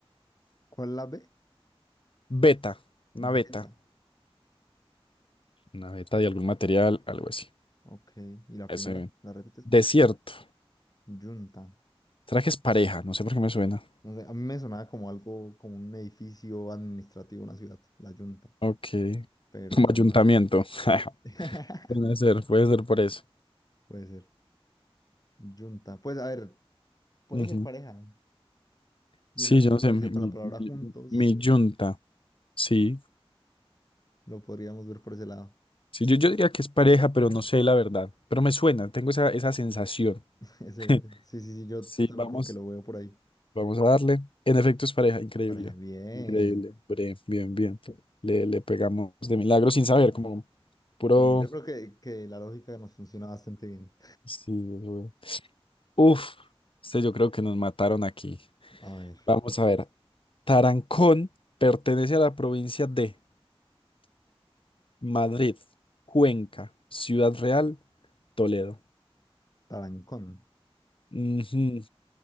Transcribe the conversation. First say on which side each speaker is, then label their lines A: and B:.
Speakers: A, on the left; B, on the left.
A: ¿Cuál es la B?
B: Beta, una
A: Beta.
B: beta. Una beta de algún material, algo así.
A: Ok. ¿Y la primera?
B: Eso.
A: ¿La repites?
B: Desierto.
A: Junta.
B: Trajes pareja? No sé por qué me suena.
A: No sé, a mí me sonaba como algo, como un edificio administrativo, una ciudad, la Junta.
B: Ok.
A: Pero
B: Como ayuntamiento.
A: no sé. <laughs>
B: <laughs> Puede ser, puede ser por eso.
A: Puede ser. Junta. Pues a ver, puede
B: Ujú.
A: ser pareja. Tiene
B: Sí,
A: algún
B: yo no sé,
A: parecido
B: mi,
A: con
B: mi,
A: la palabra
B: mi-
A: juntos.
B: mi yunta, sí.
A: Lo podríamos ver por ese lado.
B: Sí, yo, yo diría que es pareja, pero no sé la verdad. Pero me suena, tengo esa, esa sensación.
A: <laughs> Ese,
B: <laughs>
A: sí, sí, sí, yo,
B: Sí,
A: yo también
B: vamos,
A: como que lo veo por ahí.
B: vamos a darle. En efecto, es pareja, increíble,
A: Pareja, bien.
B: increíble. Bre, Bien, bien. Le, le pegamos de milagro sin saber, como puro.
A: No, no, yo creo que, que la lógica nos funciona bastante bien.
B: Sí, güey. Uf, este yo creo que nos mataron aquí.
A: A ver,
B: Vamos a ver. Tarancón pertenece a la provincia de. Madrid, Cuenca, Ciudad Real, Toledo.
A: Tarancón.
B: Ujú.